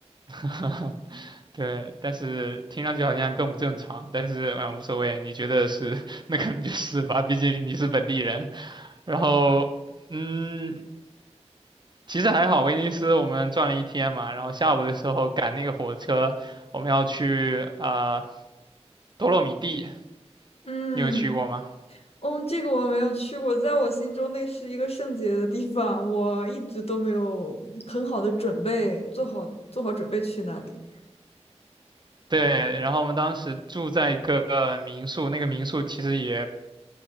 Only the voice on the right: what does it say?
<laughs> 对，但是听上去好像更不正常，但是嗯无所谓，你觉得是 <laughs> 那可能就是吧，毕竟你是本地人。然后，嗯，其实还好，威尼斯我们转了一天嘛，然后下午的时候赶那个火车，我们要去啊多洛米蒂，
你有去过吗？
对，然后我们当时住在一个民宿，那个民宿其实也